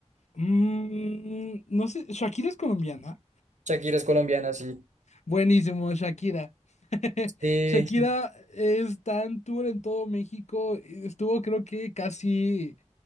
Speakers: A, on the left; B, on the right.
A: Mm, no sé, Shakira es colombiana.
B: Shakira es colombiana, sí.
A: Buenísimo, Shakira. <laughs>
B: Sí,
A: Shakira
B: sí.
A: está en tour en todo México. Estuvo creo que casi